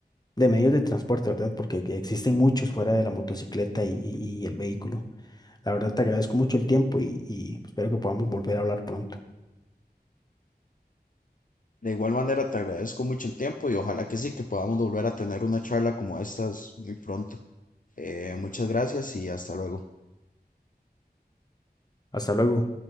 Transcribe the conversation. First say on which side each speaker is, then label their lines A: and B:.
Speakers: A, on the left (about 25°); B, on the left (about 50°).
A: de medios de transporte, ¿verdad? Porque que existen muchos fuera de la motocicleta y, y y el vehículo. La verdad te agradezco mucho el tiempo y, y espero que podamos volver a hablar pronto.
B: De igual manera, te agradezco mucho el tiempo y ojalá que sí, que podamos volver a tener una charla como estas muy pronto. Eh, muchas gracias y hasta luego.
A: Hasta luego.